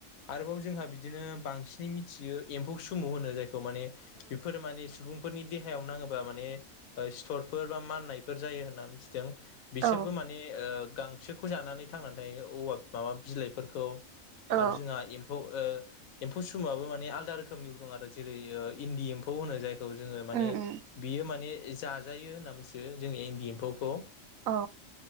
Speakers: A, on the left; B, on the right.
A: आरोबाव जों बिदिनो बांसिनै मोनथियो एम्फौ सुमु होनो जाय खौ माने बेफोर माने सुबुं फोरनि देहायाव नांङोबा माने सिथरफोर बा माननायफोर जायो होनना जों
B: औ
A: बिसोरबो माने ओ गांसोखौ जानानै थांनानै थायो औवा माबा बिलाइफोरखौ
B: औ
A: आरो जोंहा एम्फौ ओ एम्फौ सुमुआबो माने आलदा रोखोमनिबो दं आरो जेरै ओ इन्दि एम्फौ होनो जाय खौ जोङो माने
B: उम उम
A: बियो माने जाजायो होनना मिथियो जोंनि इन्दि एम्फौखौ।
B: अ।